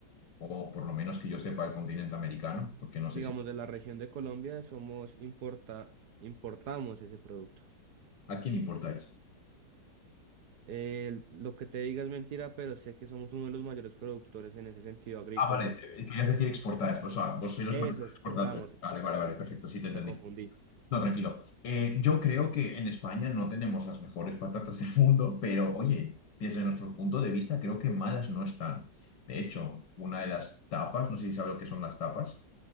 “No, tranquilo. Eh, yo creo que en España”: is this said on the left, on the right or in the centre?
Left